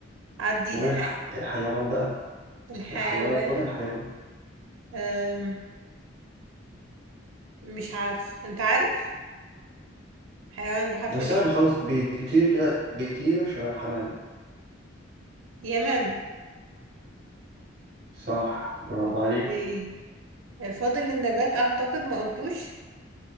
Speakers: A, on the right; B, on the right.
A: عديها
B: والح... الحيوان بقى
A: الحيوان
B: الحيوان فاضل الحيوان
A: أم، مش عارف أنت عارف حيوان بحرف
B: ده سهل
A: الياء
B: خالص بيطير كده بيطير شبه الحمام
A: يمام
B: صح برافو
A: أوكي
B: عليك
A: فاضل النبات أعتقد ما قلتوش